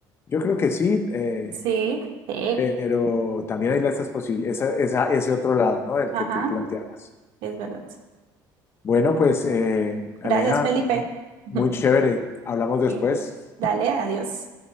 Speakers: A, on the left; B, on the right.
A: Yo creo que sí, eh,
B: Sí, sí,
A: pero también hay esas posibilidades, esa, esa- ese otro lado, ¿no? El
B: ajá,
A: que tú planteabas.
B: es verdad.
A: Bueno, pues
B: Bueno,
A: eh, Aleja,
B: gracias, Felipe. <laughs>
A: muy chévere. Hablamos después.
B: Sí. Dale, adiós.